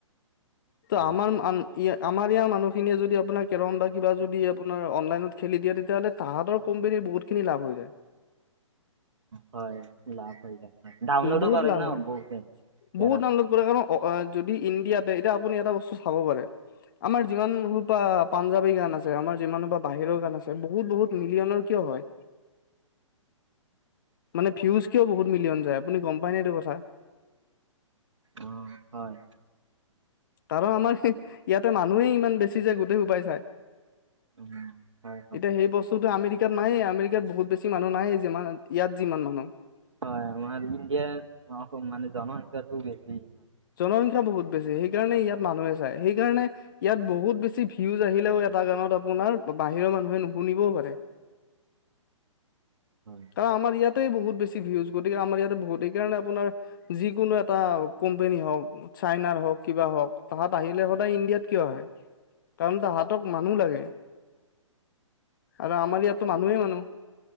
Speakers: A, on the left; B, on the right.
A: ত
B: হয়
A: আমাৰ ই আমাৰ ইয়াৰ মানুহখিনিয়ে যদি আপোনাৰ কেৰম বা কিবা যদি আপোনাৰ অনলাইনত খেলি দিয়ে তেতিয়াহ'লে তাহাঁতৰ কোম্পানীৰ বহুতখিনি লাভ হৈ যায়।
B: হয় লা প হয় ডাউনলোডো
A: বহুত
B: কৰে
A: লাভ
B: ন
A: হয়
B: বহুতে কেৰম
A: বহুত ডাউনলোড কৰে কাৰণ অ যদি ইণ্ডিয়াতে এতিয়া আপুনি এটা বস্তু চাব পাৰে। আমাৰ যিমানসূপা পাঞ্জাৱী গান আছে আমাৰ যিমানসোপা বাহিৰৰ গান আছে বহুত বহুত মিলিয়নৰ কিয়! হয়। মানে ভিউজ কিয়ও বহুত মিলিয়ন যায় আপুনি গম পায়নে এইটো কথা।
B: অ', হয়।
A: কাৰণ আমাৰ ইয়াতে মানুহেই ইমান বেছি যে গোটেই সোপাই চাই
B: উম, হয়, হয়,
A: এতিয়া সেই বস্তুটো আমেৰিক কাত নায়ে আমেৰিকাত বহুত বেছি মানুহ নেইয়ে যিমান ইয়াত যিমান মানুহ
B: হয় আমাৰ ইণ্ডিয়াৰ অসম মানে জনসংখ্যাটো বেছি হয়।
A: জনসংখ্যা বহুত বেছি সেইকাৰণে ইয়াত মানুহে চায় সেইকাৰণে ইয়াত বহুত বেছি ভিউজ আহিলেও। এটা গানত আপোনাৰ বাহিৰৰ মানুহে নুশুনিবওঁ পাৰে।
B: হয়।
A: কাৰণ আমাৰ ইয়াত ইয়াতেই বহুত বেছি ভিউজ গতিকে আমাৰ ইয়াতে বহুত কাৰণে আপোনাৰ যিকোনো এটা কোম্পানী হওঁক চাইনাৰ হওক কিবা হওক তাহাত আহিলে সদায় ইণ্ডিয়াত কিয় আহে কাৰণ তাহাতক মানুহ লাগে আৰু আমাৰ ইয়াতো মানুহে মানুহ